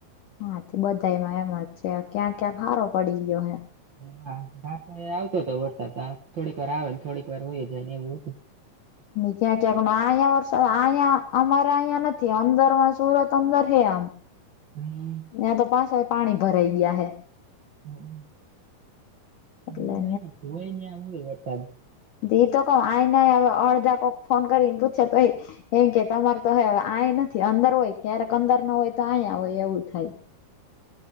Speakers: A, on the left (about 65°); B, on the right (about 55°).
A: હા તે બધામાં એમ જ છે ક્યાં ક્યાં હારો પડી ગયો હે
B: <unintelligible> રા આવતો હતો વરસાદ થોડીક વાર આવે ને થોડીક વાર હોય જાય ને એવું હતું.
A: ક્યાં ક્યાંક અહીંયા વરસાદ અહીયા અમારે અહીંયા નથી અંદરમાં સુરત અંદર હે આમ. હા
B: હમ
A: ત્યાં તો પાછા પાણી ભરાઈ ગયા હે
B: હા
A: એટલે
B: ના ના એ જોય ને આય વરસાદ.
A: દી તો ક આઈ ન હવે અડધા કોક ફોન કરીને પૂછે તોય. એમ કે તમારે તો હવે આઈ નથી અંદર હોય ક્યારેક અંદર ન હોય તો અહીયા હોય એવું થાય.